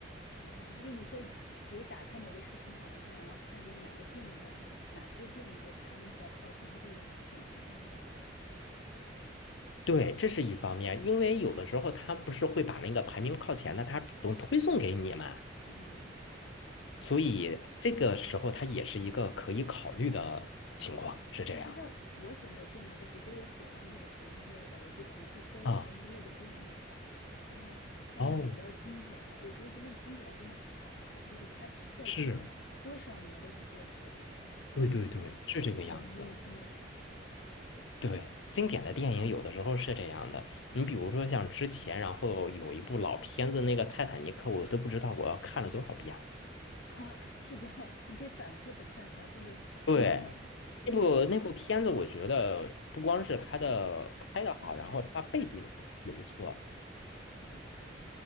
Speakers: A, on the left (about 60°); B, on the left (about 80°).
A: 哦，就是你会比如打开某个视频网站，然后看就是哪个电影的哪些电影就排名比较靠前，你就会选择看这些电影，是吗？
B: 对，这是一方面，因为有的时候他不是会把那个排名靠前的，他主动推送给你嘛，
A: 嗯，是的。
B: 所以这个时候它也是一个可以考虑的情况，是这样
A: 就像我选择电影的时候，比如说我喜欢这种悬疑类的，我就可能会搜悬疑类的电影的榜，
B: 的啊。
A: 然后看那种比较经典的。
B: 哦，
A: 有时候真正经典的真的很好看，就是它在
B: 是，
A: 多少年都不过时的感觉，就是还是给你耳目一新的感觉。
B: 对对对，是这个样子。
A: 对的。
B: 对，经典的电影有的时候是这样的，你比如说像之前，然后有一部老片子，那个《泰坦尼克》，我都不知道我要看了多少遍。了。
A: 哈，<laughs> 是的，你可以反复的看，反复的
B: 对，
A: 揣摩。对，
B: 那部那部片子，我觉得不光是它的拍的好，然后它背景也不错。
A: 是的，是的。